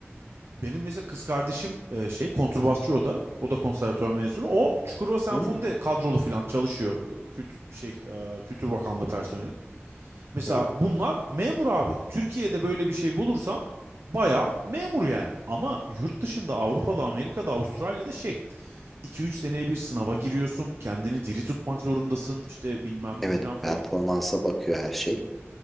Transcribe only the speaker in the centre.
Hmm,
Hı hı.
Evet,
performansa bakıyor her şey.